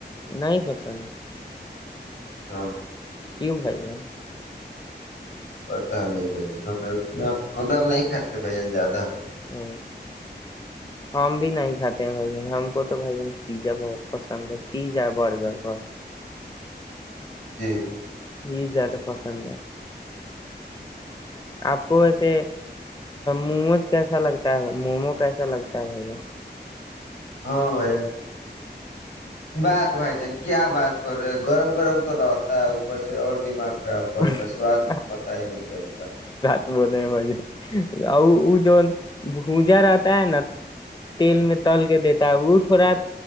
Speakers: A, on the left (about 25°); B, on the left (about 80°).
A: نہیں پسند
B: ہاں
A: کیوں بھائی ہے
B: پتا نہیں بھ جن ہم ردؤ نہیں کاتے بھ جن زیادہ
A: ہ ہم بھی نہیں کھاتے ہیں بھائی جن ہم کو تو بھائی جن پیزا بہت پسند ہے پیزا برگر بس
B: جی
A: یہ زیادہ پسند ہے آپ کو ویسے موموز کیسا لگتا ہے مومو کیسا لگتا ہے بھ
B: ہاں بھائی جان بق بھائی جان کیا بات کر رہے گرم گرم تو رہتا ہے اوپر سے اور دماغ خراب
A: جان
B: پڑتا ہے سواد پتا ہی نہیں چلتا
A: ب ب وہ جو بوجا رہتا ہے نا تیل میں تل کے دیتا ہے وہ تھوڑا